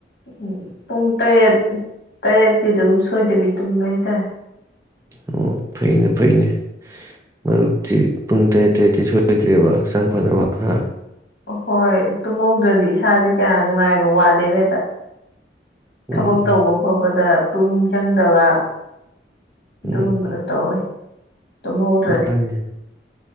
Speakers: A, on the left; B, on the right.
A: ꯎꯝ ꯄꯨꯡ ꯇꯔꯦꯠ ꯇꯔꯦꯠꯇꯤ ꯑꯗꯨꯝ ꯁꯣꯏꯗꯕꯤ ꯇꯨꯝꯃꯦ ꯍꯥꯏꯇꯥꯔꯦ
B: ꯑꯣ ꯐꯩꯅꯦ ꯐꯩꯅꯦ ꯃꯔꯨꯞꯇꯤ ꯄꯨꯡ ꯇꯔꯦꯠ ꯇꯔꯦꯠꯇꯤ ꯁꯣꯏꯗꯣꯏꯗ꯭ꯔꯦꯕ ꯍꯛꯆꯥꯡ ꯐꯅꯕ ꯍꯥ
A: ꯍꯣꯏ ꯇꯨꯝꯍꯧꯗ꯭ꯔꯗꯤ ꯏꯁꯥꯁꯦ ꯀꯌꯥ ꯅꯨꯡꯉꯥꯏꯕ ꯋꯥꯠꯂꯦꯕ ꯍꯦꯛꯇ
B: ꯎꯝ
A: ꯊꯕꯛ ꯇꯧꯕ ꯈꯣꯠꯄꯗ ꯄꯨꯛꯅꯤꯡ ꯆꯪꯗꯕ ꯑꯗꯨꯒꯨꯝꯕꯗꯣ
B: ꯎꯝ
A: ꯇꯧꯋꯤ ꯇꯨꯝꯍꯧꯗ꯭ꯔꯗꯤ
B: ꯃꯥꯅꯤ